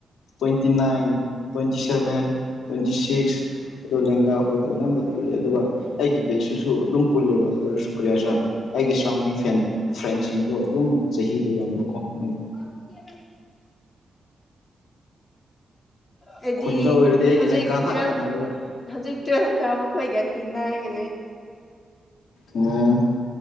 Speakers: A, on the left (about 80°); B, on the left (about 30°).
A: twenty nine twenty seven twenty six ꯑꯗꯣ ꯂꯦꯡꯒꯥ ꯑꯩꯈꯣꯏꯗꯣ ꯑꯅꯝꯕ ꯄꯨꯜꯂꯦ ꯑꯗꯨꯒ ꯑꯩꯒꯤ ꯕꯦꯁꯤꯁꯨ ꯑꯗꯨꯝ ꯄꯨꯜꯂꯦꯕ ꯑꯗꯨ ꯑꯣꯏꯔꯁꯨ ꯀꯔꯤꯌꯥꯁ
B: ꯎꯝ
A: ꯑꯩꯒꯤ ꯁꯔꯥꯎꯟꯗꯤꯡ ꯐꯦꯟ ꯐ꯭ꯔꯦꯟꯁꯤꯡꯗꯣ ꯑꯗꯨꯝ ꯆꯍꯤꯗꯣ ꯌꯥꯝꯕꯀꯣ ꯃꯣꯏꯗ
B: <unintelligible> ꯍꯥꯏꯗꯤ
A: ꯈꯨꯟꯗ ꯑꯣꯏꯔꯗꯤ ꯑꯩꯒꯤ
B: ꯍꯧꯖꯤꯛ
A: ꯂꯦꯡꯒꯥ ꯈꯛꯇꯪ
B: ꯇꯨꯋꯦꯜꯐ
A: ꯑꯣꯏꯕ
B: ꯍꯧꯖꯤꯛ ꯇꯋꯦꯜꯞ ꯀꯥꯕ ꯈꯣꯏꯒ ꯇꯤꯟꯅꯔꯒ
A: ꯎꯝ